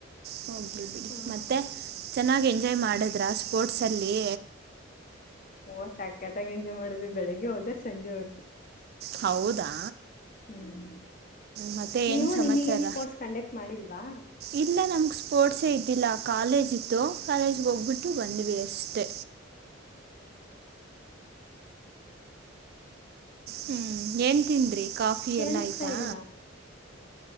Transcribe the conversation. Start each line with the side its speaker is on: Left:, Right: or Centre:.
Right: ಹೋಗ್ಲಿ ಬಿಡಿ
Left: ಹ್ಮ
Right: ಮತ್ತೆ ಚೆನ್ನಾಗಿ್ ಎಂಜಾಯ್ ಮಾಡಿದ್ರೆ ಸ್ಪೋರ್ಟ್ಸಲ್ಲಿ
Left: ಓಹ್ ಸಕತ್ತಾಗಿ ಎಂಜಾಯ್ ಮಾಡ್ವಿ ಬೆಳಗ್ ಹೋದ್ರ ಸಂಜೆವರೆಗೂ
Right: ಹೌದಾ
Left: ಹ್ಮ್
Right: ಮತ್ತೆ
Left: ನೀವು
Right: ಏನು ಸಮಾಚಾರ
Left: ನಿಮಗೇನ್ ಸ್ಪೋರ್ಟ್ಸ್ ಕಂಡಕ್ಟ್ ಮಾಡಿಲ್ವಾ
Right: ಇಲ್ಲ ನಮ್ಗೆ ಸ್ಪೋರ್ಟ್ಸೇ ಇದ್ದಿಲ್ಲ ಕಾಲೇಜ್ ಇತ್ತು ಕಾಲೇಜ್ಗೆ ಹೋಗ್ಬಿಟ್ಟು ಬಂದ್ವಿ ಅಷ್ಟೇ ಹ್ಮ್ ಏನ್ ತನ್್ರಿ ಕಾಫಿ
Left: ಕೇಳಿಸ್ತಾ
Right: ಎಲ್ಲಾ ಆಯ್ತಾ
Left: ಇಲ್ಲ